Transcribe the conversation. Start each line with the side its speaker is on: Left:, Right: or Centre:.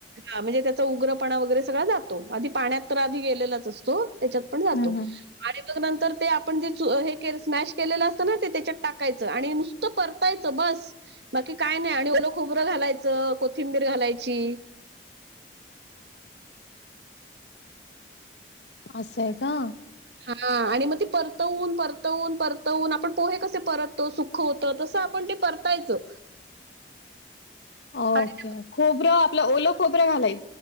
Right: ह म्हणजे उग्रपणा वगैरे सगळ जातो आधी पाण्यात तर आधी गेलेलाच असतो त्याच्यात पण जातो
Left: हं, हं.
Right: अरे नंतर ते आपण जे स्मॅश केलेलं असतं ना ते त्याच्यात टाकायचं आणि नुसतं परतायचं बस बाकी काय नाही आणि ओल खोबरं घालायचं कोथिंबीर घालायची
Left: असंय का
Right: हा आणि मग ते परतवून परतवून परतवून आपण पोहे कसे परतो सुख होत तसं आपण ते परतायचं
Left: ओके
Right: आणि
Left: खोबरं आपलं ओल खोब ालाय